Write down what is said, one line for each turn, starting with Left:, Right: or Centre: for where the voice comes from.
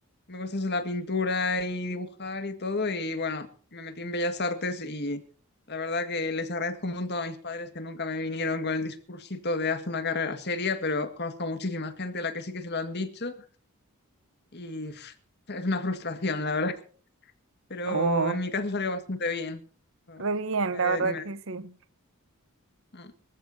Left: me gustase la pintura y dibujar y todo. Y bueno, me metí en Bellas Artes y la verdad que les agradezco un montón a mis padres que nunca me vinieron con el discursito de haz una carrera seria, pero conozco a muchísima gente a la que sí que se lo han dicho y <laughs> pff, es una frustración, la verdad pero
Right: Oh,
Left: en mi caso salió bastante bien. O-
Right: re bien,
Left: me-
Right: la
Left: de-
Right: verdad
Left: me-
Right: que sí.
Left: mm,